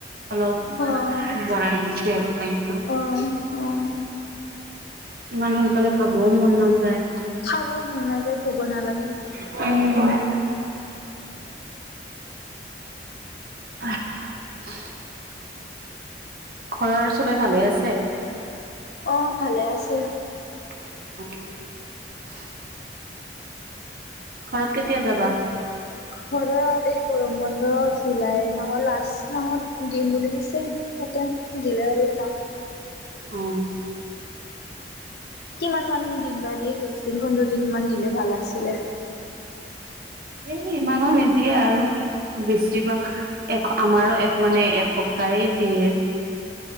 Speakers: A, on the right; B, on the left.
A: অলপ
B: অ',
A: বঢ়াই দিছে আৰু টাইমটো।
B: অ', অ'।
A: ইমান সোনকালে খাবও মন নাযায়।
B: খাব মন নাযায় কব নালাগে
A: উম <unintelligible> আহ ঘৰৰ চবে ভালে আছে?
B: আহ, ভালে আছে।
A: অ', ঘৰত কেতিয়া যাবা
B: ঘৰত এই গৰম বন্ধ জুলাই মাহৰ লাষ্ট মাহত দিম বুলি ততে দিলে আৰু যাম
A: আহ
B: কিমান মান দিন বা দিয়ে দহ দিন পোন্ধৰ দিন মান দিলে ভাল আছিলে
A: এই ইমানো নিদিয়ে আৰু বেছিভাগ, এক আমাৰো এক মানে একসপ্তাহে দিয়ে